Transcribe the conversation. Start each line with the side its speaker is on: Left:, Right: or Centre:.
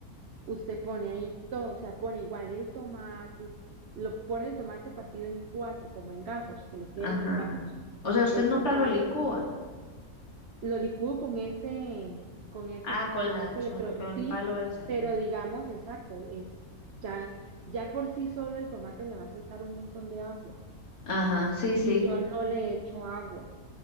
Right: Usted pone ahí todo, o sea, pone igual el tomate, lo pone el tomate partido en cuatro, como en gajos, que le queden
Left: ajá.
Right: en gajos,
Left: O sea, usted
Right: el
Left: nunca
Right: tomate
Left: lo licúa.
Right: lo licúo con ese, con ese,
Left: Ah, con
Right: con
Left: la,
Right: ese
Left: yo-
Right: electro,
Left: con
Right: sí,
Left: el palo ese, ajá.
Right: pero digamos, exacto, es ya, ya por sí solo el tomate le va a soltar un montón de agua
Left: Ajá, sí, sí.
Right: y yo no le echo agua,